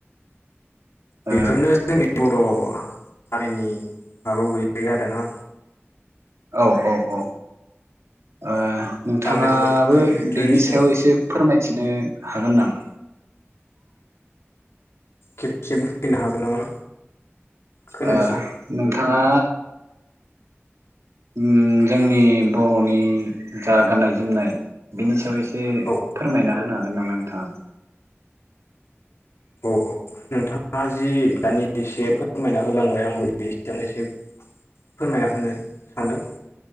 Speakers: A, on the right (about 85°); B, on the left (about 70°).
A: ओ
B: बेफोरनो जोंनि बर' हारिनि माबायाव गोलैयो आरोना।
A: औ औ औ ओ नोंथाङाबो
B: गाननाय जोमनाय ट्रेडिसनेल
A: बेनि सायाव एसे फोरमायथिनो हागोन नामा?
B: खेबसेबो बुंफिनो हागोन नामा? खोनायासै
A: ओ नोंथाङा उम जोंनि बर'नि जा गाननाय जोमनाय बिनि सायाव एसे एसे
B: औ
A: फोरमायना होनो हागोन नामा नोंथाङा?
B: औ औ। नोंथाङा जि दानि इसे फोरमायना होलांबाय आंबो बेनि सायावनो एसे फोरमायना होनो सानदों।